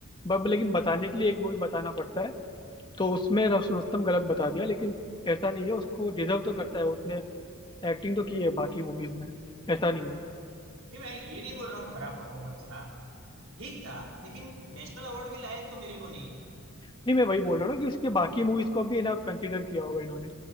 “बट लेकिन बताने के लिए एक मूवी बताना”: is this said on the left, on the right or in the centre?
Left